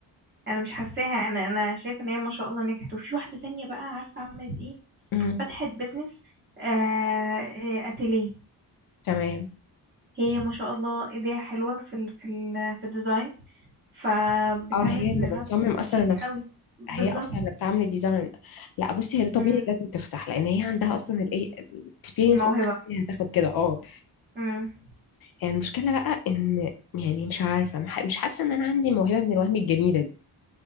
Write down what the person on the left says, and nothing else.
امم
تمام
اه هي
اللي بتصمم اصلا
نفسها
هي اصلا اللي بتعمل ديزاين لا بصي هي ده طبيعي
لازم تفتح لان هي عندها اصلا الايه الاكسبيرينس
هتاخد كده اه
يعني المشكلة بقى إن يعني مش عارفة مح- مش حاسة إن أنا عندي موهبة من الوهم الجميلة دي